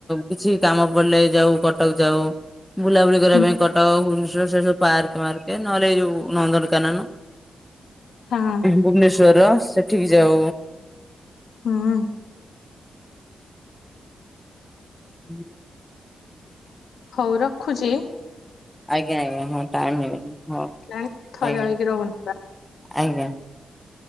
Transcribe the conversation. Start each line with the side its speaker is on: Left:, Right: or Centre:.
Centre: କିଛି କାମ ପଡିଲେ ଯାଉ କଟକ ଯାଉ। ବୁଲାବୁଲି କରିବା
Left: ହଁ
Centre: ପାଇଁ କଟକ ଭୁବନେଶ୍ଵର ସେ ସବୁ ପାର୍କ ମାର୍କ ନହେଲେ ଏ ଯୋଉ ନନ୍ଦନକାନନ
Left: ହଁ ହଁ
Centre: ଭୁବନେଶ୍ ଶ୍ଵର ସେଠିକ ଯାଉ।
Left: ହୁଁ
Centre: ହୁଁ।
Left: ହଉ ରଖୁଚି।
Centre: ଆଜ୍ଞା ଆଜ୍ଞା ହଁ ଟାଇମ ହେଇଗଲାଣି ହଁ
Left: ଜାଣି ଥୟ
Centre: ଆଜ୍ଞା।
Left: ହେଇକି ରହୁନି
Centre: ଆଜ୍ଞା।